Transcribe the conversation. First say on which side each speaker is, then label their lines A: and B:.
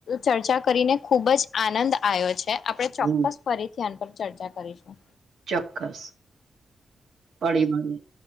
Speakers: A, on the left (about 70°); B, on the right (about 75°).
A: ચર્ચા કરીને ખુબ જ આનંદ આયો છ છે આપણે ચોક્કસ
B: હમ
A: ફરી ધ્યાન પર ચર્ચા કરીશું.
B: ચોક્કસ પડી મળીયે.